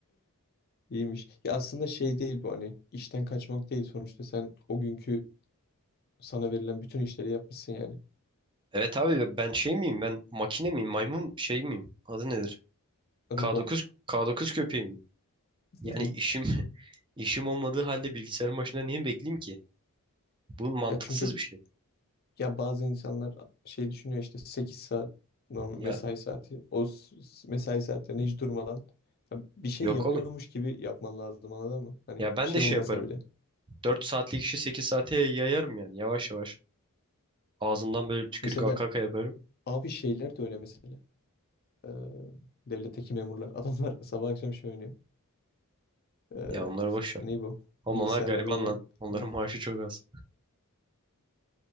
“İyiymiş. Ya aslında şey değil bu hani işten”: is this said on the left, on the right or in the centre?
Left